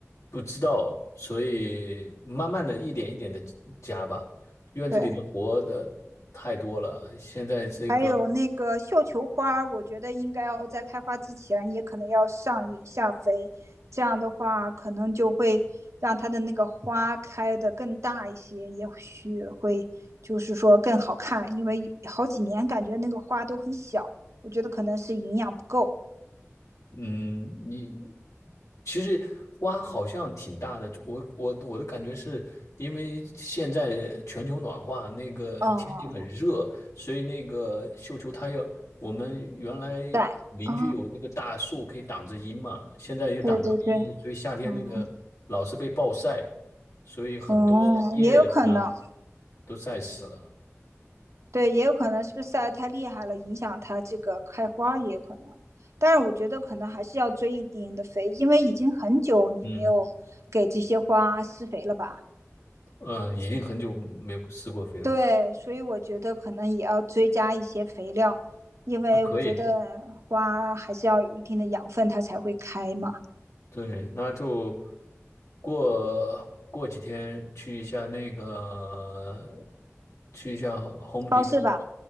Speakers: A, on the left; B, on the right.
A: 不知道，所以慢慢的一点一点的加吧。院子里的活的太多了，
B: 对，
A: 现在这个
B: 还有那个绣球花，我觉得应该要在开花之前，也可能要上一下肥，这样的话可能就会让它的那个花开的更大一些，也许会就是说更好看，因为好几年感觉那个花都很小，我觉得可能是营养不够。
A: 嗯，你其实花好像挺大的。我我我的感觉是因为现在全球暖化，那个天气很热，
B: 嗯，
A: 所以那个绣球它要我们原来
B: 对，
A: 邻居有那个大树可以挡着阴嘛，
B: 哦，
A: 现在又挡不了阴，
B: 对对对，
A: 所以夏天那个老是被暴晒，
B: 嗯，
A: 所以很多叶子呢
B: 哦、也有可能，
A: 都晒死了。
B: 对，也有可能是不是晒得太厉害了，影响它这个开花也有可能。但是我觉得可能还是要追一定的肥，因为已经很久你没有给这些花施肥了吧？
A: 嗯嗯，已经很久没有施过肥了，
B: 对，所以我觉得可能也要追加一些肥料，因为我觉得花还是要有一定的养分，
A: 那可以。
B: 它才会开嘛。
A: 对，那就过过几天去一下那个，去一下 Home
B: 超市吧，
A: Depot，